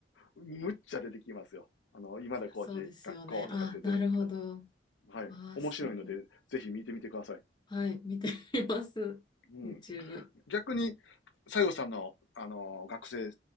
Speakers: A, on the left; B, on the left.
A: むっちゃ出てきますよ。あの、今田コー学校とかって出てきた。
B: <laughs> そうですよね。あ、なるほど。
A: はい。
B: わあ、
A: 面白いので、
B: すごい。
A: ぜひ見てみてください。
B: はい、見てみます。
A: うん。
B: YouTube。
A: 逆に、西郷さんの、あの、学生